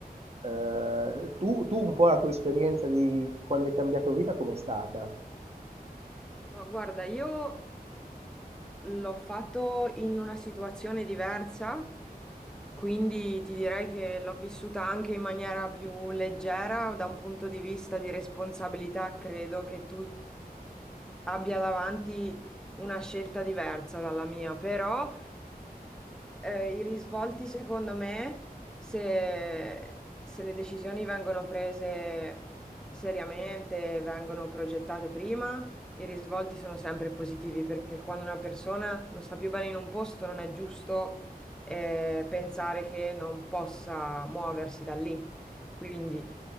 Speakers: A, on the right; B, in the centre.
A: Eh, tu, tu un po' la tua esperienza di quando hai cambiato vita, com'è stata?
B: Ma guarda, io l'ho fatto in una situazione diversa Quindi ti direi che l'ho vissuta anche in maniera più leggera, da un punto di vista di responsabilità, credo che tu abbia davanti una scelta diversa dalla mia, però eh, i risvolti, secondo me, se, se le decisioni vengono prese seriamente, vengono progettate prima, i risvolti sono sempre positivi perché quando una persona non sta più bene in un posto, non è giusto, eh, pensare che non possa muoversi da lì. Quindi,